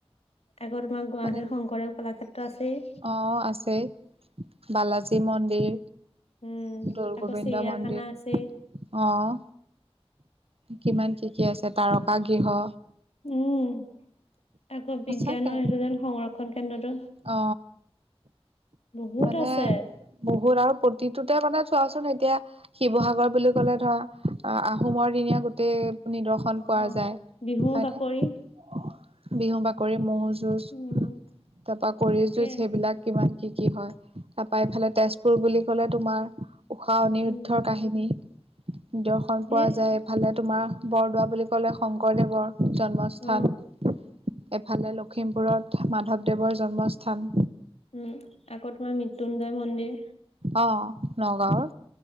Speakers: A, on the left; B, on the right.
A: আকৌ তোমাৰ গুৱাহাটীৰত
B: মানে
A: শংকৰদেৱ কলাক্ষেত্ৰ আছেই।
B: অ আছে বালাজী মন্দিৰ
A: উম
B: দৌৰগোবিন্দ
A: আকৌ চিৰিয়াখানা
B: মন্দিৰ
A: আছেই
B: আহ কিমান কি কি আছে তাৰকা গৃহ
A: উম আকৌ
B: সঁচাকে
A: বিজ্ঞানৰ সেইটো যেন সংৰক্ষণ কেন্দ্ৰটো
B: অ
A: বহুত
B: মানে
A: আছে
B: বহুত আৰু প্ৰতিটোতে মানে চোৱাচোন এতিয়া শিৱসাগৰ বুলি ক'লে ধৰা আহ আহোমৰ দিনীয়া গোটেই নিদৰ্শন
A: অ
B: পোৱা যায়
A: বিহু
B: হয়নে।
A: বাকৰি
B: বিহু বাকৰি ম'হ যুঁজ
A: উম
B: তাৰ পৰা কৰি
A: তাকে
B: যুঁজ সেইবিলাক কিমান কি কি হয় তাৰপা ইফালে তেজপুৰ বুলি কলে তোমাৰ ঊষা অনিৰুদ্ধৰ
A: উম
B: কাহিনী দৰ্শন
A: সেই
B: পোৱা যায় এইফালে তোমাৰ বৰদোৱা বুলি ক'লে শংকৰদেৱৰ। জন্মস্থান
A: অ
B: এফালে লখিমপুৰত মাধৱদেৱৰ জন্মস্থান।
A: উম আকৌ তোমাৰ মৃত্যুঞ্জয় মন্দিৰ।
B: অ নগাঁৱৰ